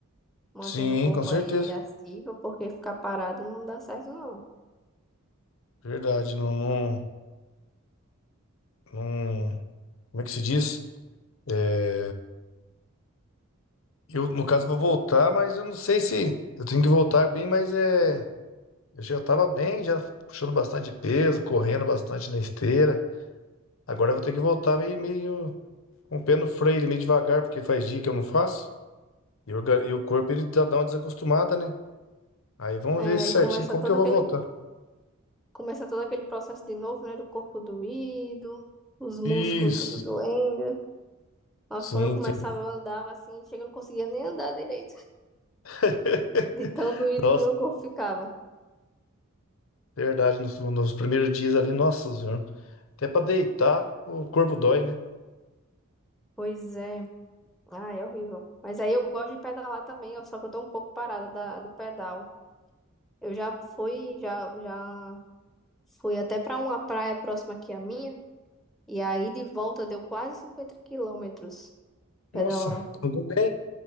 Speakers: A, in the centre; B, on the left.
A: Mantendo
B: Sim,
A: o corpo
B: com certeza.
A: aí Sim. ativo, porque ficar parado não dá certo, não.
B: Verdade, não, não, não- como é que se diz? É, Eu, no caso, vou voltar, mas eu não sei se eu tenho que voltar bem, mas é, eu já tava bem, já puxando bastante peso, correndo bastante na esteira. Agora eu vou ter que voltar meio, meio com o pé no freio, meio devagar, porque faz dia que eu não faço. E, o orga- e o corpo ele dá dá uma desacostumada, né? Aí vamos
A: É,
B: ver certinho
A: aí começa
B: como
A: todo
B: que eu
A: aquele,
B: vou voltar.
A: começa todo aquele processo de novo, né? Do corpo doído, os músculos
B: Isso.
A: tudo doendo. Nossa,
B: Sim,
A: quando eu começava,
B: tem.
A: eu andava assim, chega, eu não conseguia nem andar direito,
B: <laughs>
A: <laughs> de tão doído
B: Nossa,
A: que o meu corpo ficava.
B: verdade, nos, nos primeiros dias ali, nossa senhora. Até pra deitar, o corpo dói, né?
A: Pois é, ah, é horrível. Mas aí eu gosto de pedalar também, ó, só que eu tô um pouco parada da, do pedal. Eu já fui, já, já fui até pra uma praia próxima aqui à minha. E aí de volta deu quase 50 quilômetros pedalando.
B: Nossa, tudo bem?